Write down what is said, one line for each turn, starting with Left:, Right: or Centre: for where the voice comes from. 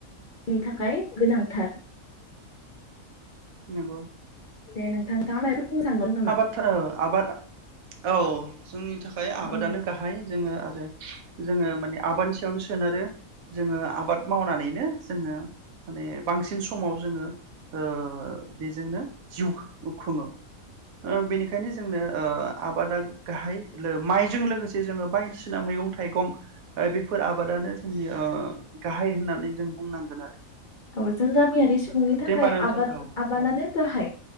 Left: नि थाखाय गोनांथार
Right: नोंगौ
Left: दे नोंथां <unintelligible> नामा?
Right: आबादथारो आबादा औ जोंनि थाखाय आबादानो
Left: औ
Right: गाहाय जोङो आरो जोङो माने आबादनि सायावनो सोनारो जोङो आबाद मावनानैनो जोङो माने बांसिन समाव जोङो ओ बेजोंनो जिउ खुङो ओ बेनिखायनो जोंनो ओ आबादा गाहाय लो माइजों लोगोसे जोङो बायदिसिना मैगं थाइगं बेफोर आबादानो जोंनि ओ गाहाय होननानै जों बुंनांगोन आरो
Left: औ जों गामियारि
Right: औ
Left: सुबुंनि थाखाय
Right: दे होमबा नोंथां
Left: आबाद
Right: औ
Left: आबादानो
Right: औ
Left: गाहाय